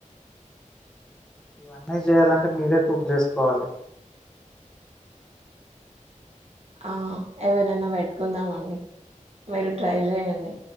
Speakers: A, in the centre; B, on the right.
A: ఇవన్నీ జేయాలంటే మీరే కుక్ జేసుకోవాలి
B: ఆ ఎవరినైనా పెట్టుకుందామండి మీరు ట్రై జేయండి